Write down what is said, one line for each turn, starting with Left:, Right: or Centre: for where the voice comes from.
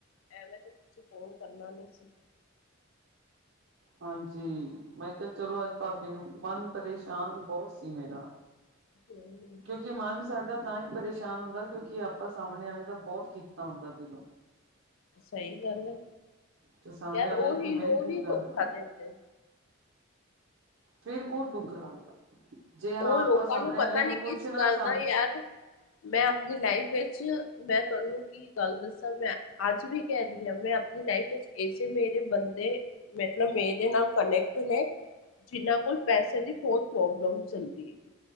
Left: ਐਵੇਂ ਤਾਂ, ਤੁਸੀਂ ਫੋਨ ਕਰਨਾ ਨੀ ਸੀ।
Right: ਹਾਂਜੀ, ਮੈਂ ਕਿਹਾ ਚਲੋ ਅੱਜ ਭਾਬੀ ਨੂੰ, ਮਨ ਪਰੇਸ਼ਾਨ ਬਹੁਤ ਸੀ ਮੇਰਾ।
Left: ਤੇ <inaudible>
Right: ਕਿਉਂਕਿ ਮਨ ਸਾਡਾ ਤਾਂ ਹੀ ਪਰੇਸ਼ਾਨ ਹੁੰਦਾ, ਕਿਉਂਕਿ ਆਪਾਂ ਸਾਹਮਣੇ ਵਾਲੇੇ ਦਾ ਬਹੁਤ ਕੀਤਾ ਹੁੰਦਾ, ਦਿਲੋਂ।
Left: ਸਹੀ ਗੱਲ ਹੈ,
Right: ਤੇ ਸਾਹਮਣੇ
Left: ਯਾਰ
Right: ਵਾਲਾ
Left: ਉਹੀ
Right: ਇੱਕ ਮਿੰਟ
Left: ਲੋਕ
Right: ਨੀ
Left: ਹੀ
Right: ਲਾਂਦਾ
Left: ਧੋਖਾ ਦਿੰਦੇ ਨੇ।
Right: ਫਿਰ ਬਹੁਤ ਦੁੱਖ ਲੱਗਦਾ, ਜੇ ਹਾਂ,
Left: ਉਹ
Right: ਆਪਾਂ
Left: ਲੋਕਾਂ
Right: ਸਾਹਮਣੇ
Left: ਪਤਾ
Right: ਵਾਲੇ ਨੂੰ
Left: ਨੀ ਕਿਸ
Right: ਕੁਛ ਨਾ
Left: ਗੱਲ
Right: ਸਮਝ।
Left: ਦਾ ਯਾਰ ਮੈਂ ਆਪਣੀ ਲਾਈਫ ਵਿੱਚ, ਮੈਂ ਤੁਹਾਨੂੰ ਕੀ। ਕੀ ਗੱਲ ਦੱਸਾਂ, ਮੈਂ ਅੱਜ ਵੀ ਕਹਿ ਰਹੀ ਹਾਂ, ਮੈਂ ਆਪਣੀ ਲਾਈਫ ਵਿੱਚ ਇਸੇ ਮੇਰੇ ਬੰਦੇ। ਮਤਲਬ ਮੇਰੇ ਨਾਲ ਕਨੈਕਟ ਨੇ, ਜਿਨਾਂ ਕੋਲ ਪੈਸੇ ਦੀ ਬਹੁਤ ਪ੍ਰੋਬਲਮ। ਚੱਲਦੀ ਹੈ,